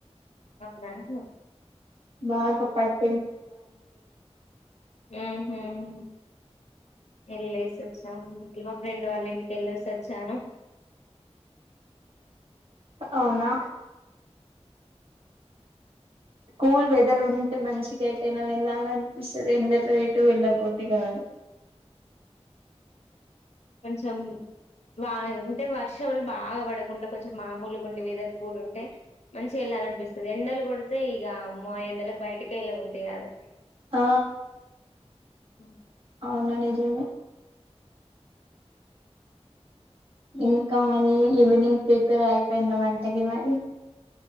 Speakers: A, on the left; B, on the right.
A: అవు మమ్ <unintelligible>
B: బాగా పట్
A: హు హమ్ వెళ్లేసి వచ్చా మా ఫ్రెండ్ వాళ్ళ ఇంటికి వెళ్ళేసి వ చాను
B: అవునా కూల్ వెదర్ ఉంటే మంచిగా ఎటయినా వెళ్ళ అనిపిస్థది ఎండలో ఎటు వెళ్ళ బుద్ధి కాదు
A: కొంచెం వా అంటే వర్షలు బాగా పడకుండా కొంచం మామూలు గుండి వెదర్ కూల్ ఉంటే మంచి వేళ్లాలినిపిస్తది ఎండలు కొడితే ఇగ వామ్మో ఎండలకు బయటకే వెళ్ళ బుద్ది కాదు
B: ఆ
A: హ
B: అవును నిజమే ఇంకా మరి ఈవినింగ్ ప్రిపేర్ అయిపోయిందా వంటకి మరి